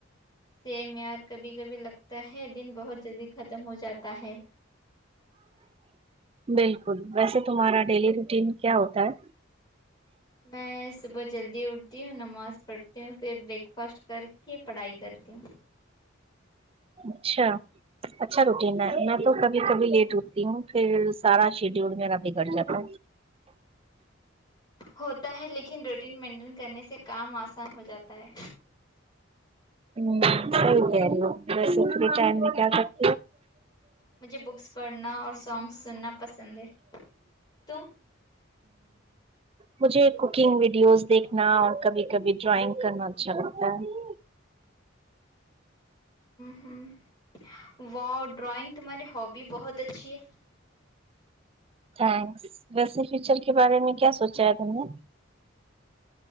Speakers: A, on the left; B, on the right.
A: سیم یار کبھی کبھی لگتا ہے دن بہت جلدی ختم ہو جاتا ہے
B: بالکل ویسے تمہارا ڈیلی روٹین کیا ہوتا ہے
A: میں صبح جلدی اٹھتی ہوں نماز پڑھتی پھر بریک فاسٹ کر کے پڑھائی کرتی ہوں
B: اچھا اچھا روٹین ہے میں تو کبھی کبھی لیٹ اتی ہوں پھر سارا شیڈیول میرا بگڑ جاتا
A: ہوتا ہے لیکن روٹین مینٹین کرنے سے کام آسان ہو جاتا ہے
B: ہوں صحیح کہہ رہی ہو ویسے فری ٹائم میں کیا کر
A: مجھے بکس پڑھنا اور سانگس سننا پسند ہے تم
B: مجھے کوکنگ ویڈیوز دیکھنا اور کبھی کبھی ڈرائنگ کرنا اچھا لگتا ہے
A: ہ ہ واؤ ڈرائنگ تمہاری ہابی بہت اچھی ہے
B: تھینکس ویسے فیوچر کے بارے میں کیا سوچا ہے تم نے